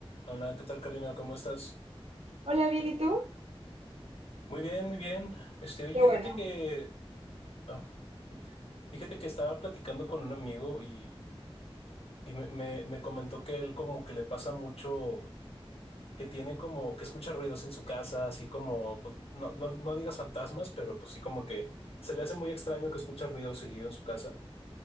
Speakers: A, on the left; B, on the right.
A: Hola, ¿qué tal, Karina? ¿Cómo estás?
B: Hola, bien, ¿y tú?
A: Muy bien, muy bien. Este, oye,
B: Qué
A: fíjate
B: bueno.
A: que, ah, fíjate que estaba platicando con un amigo y, y me, me- me comentó que él como que le pasa mucho, que tiene como, que escucha ruidos en su casa, así como, pues, no, no, no digas fantasmas, pero pues sí como que se le hace muy extraño que escucha ruido seguido en su casa